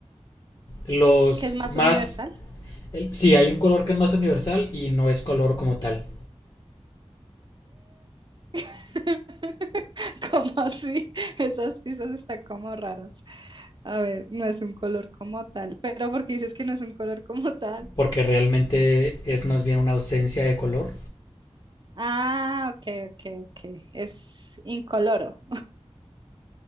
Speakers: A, on the left; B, on the right.
A: Los
B: es más
A: más.
B: universal.
A: el- sí, hay un color que es más universal y no es color como tal.
B: <laughs> ¿Cómo así? Esas piezas están como raras. A ver, no es un color como tal. Pero porque dices que no es un color como tal.
A: Porque realmente es más bien una ausencia de color.
B: Ah, ok, ok, ok. Es incoloro.